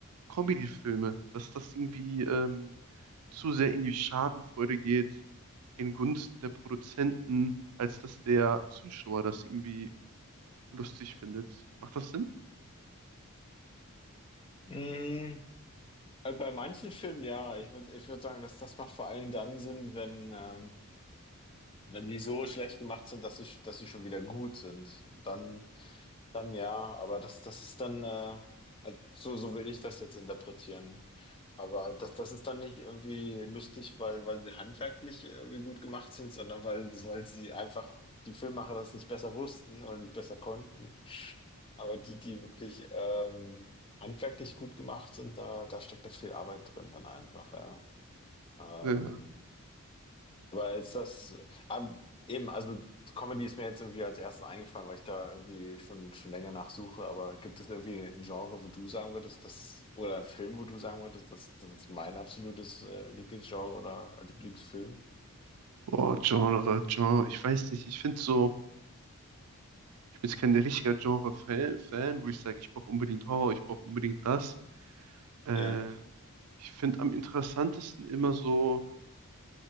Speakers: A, on the right; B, on the left.
A: Comedy-Filme, dass das irgendwie ähm, zu sehr in die Schadenfreude geht, in Gunst der Produzenten, als dass der Zuschauer das irgendwie lustig findet. Macht das Sinn?
B: Mm. Äh, Bei manchen Filmen ja. Ich würde ich würd sagen, dass das macht vor allen Dingen dann Sinn, wenn, ähm, wenn die so schlecht gemacht sind, dass sie, dass sie schon wieder gut sind. Dann, dann ja, aber das, das ist dann, äh, äh, so, so will ich das jetzt interpretieren. Aber das, das ist dann nicht irgendwie lustig, weil, weil sie handwerklich irgendwie gut gemacht sind, sondern weil, weil sie einfach die Filmemacher das nicht besser wussten oder nicht besser konnten. Aber die, die wirklich ähm, handwerklich gut gemacht sind, da, da steckt da viel Arbeit drin dann einfach, ja. Ähm,
A: Ja.
B: aber ist das, ab- eben, also Comedy ist mir jetzt irgendwie als erstes eingefallen, weil ich da irgendwie schon, schon länger nachsuche. Aber gibt es irgendwie ein Genre, wo du sagen würdest, das, oder einen Film, wo du sagen würdest, das, das ist mein absolutes äh, Lieblingsgenre oder Lieblingsfilm?
A: Boah, Genre, Genre, ich weiß nicht, ich finde so, ich bin jetzt kein richtiger Genre-Fan, Fan, wo ich sage, ich brauche unbedingt Horror, ich brauche unbedingt das. Äh,
B: Ja.
A: ich finde am interessantesten immer so